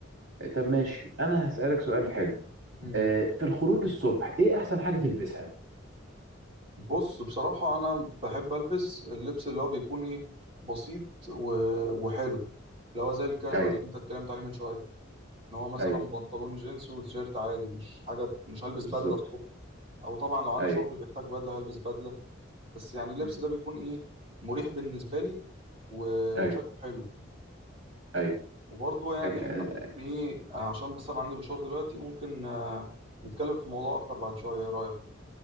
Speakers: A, on the right (about 60°); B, on the right (about 30°).
A: طب ماشي انا هسألك سؤال حلو
B: مم.
A: آه في الخروج الصبح ايه احسن حاجه تلبسها
B: بص بصراحة أنا بحب ألبس اللبس اللي هو بيكون إيه بسيط و... وحلو اللي هو زي الكاجوال
A: ايوه
B: اللي أنت اتكلمت عليه من شوية إن هو مثلا
A: ايوه
B: بنطلون جينز وتيشيرت عادي مش حاجة مش هلبس
A: بالظبط
B: بدلة الصبح أو طبعا لو عندي
A: ايوه
B: شغل بيحتاج بدلة هلبس بدلة بس يعني اللبس
A: مم.
B: ده بيكون إيه مريح بالنسبة لي و... وشكله
A: ايوه
B: حلو
A: ايوه
B: وبرضه يعني
A: أك... اكيد
B: إحنا ممكن إيه عشان بس أنا عندي مشوار دلوقتي ممكن آه، نتكلم في الموضوع أكتر بعد شوية إيه رأيك؟